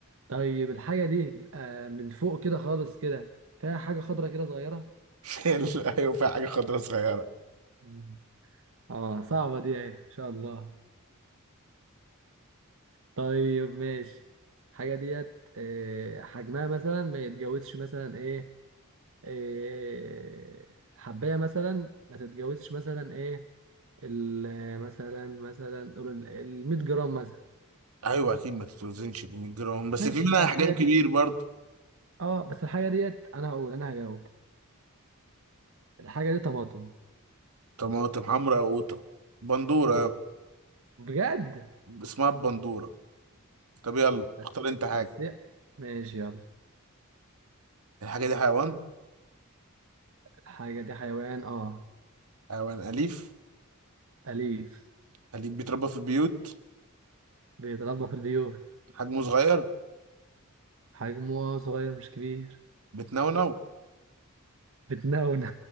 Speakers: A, on the right; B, on the right.
A: طيب الحاجة دي بيبقى من فوق كده خالص كده فيها حاجة خضرة كده صغيرة
B: <laughs> ايوه في حاجه خضرا صغيره
A: مم. اه صعبة دي اهي ان شاء الله طيب ماشي الحاجة ديت آه، حجمها مثلا ما يتجاوزش مثلا ايه آه، الحباية مثلا ما تتجاوزش مثلا ايه ال- مثلا مثلا قول ال ال 100 جرام مثلا
B: ايوه اكيد ما تتوزنش ب 100 جرام بس
A: ماشي
B: في منها
A: يبقى
B: احجام
A: الحاجة دي
B: كبير برضه
A: اه بس الحاجة ديت انا هقول انا هجاوب الحاجة دي طماطم
B: طماطم حمراء قوطه بندوره
A: آه. بجد
B: اسمها البندورة طب يلا
A: بس
B: اختار انت حاجة
A: بس ماشي يلا
B: الحاجة دي حيوان
A: حاجة دي حيوان اه
B: حيوان أليف
A: أليف
B: أليف بيتربى في البيوت
A: بيتربى في البيوت
B: حجمه صغير
A: حجمه آه، صغير مش كبير
B: بتنونو
A: بتنونو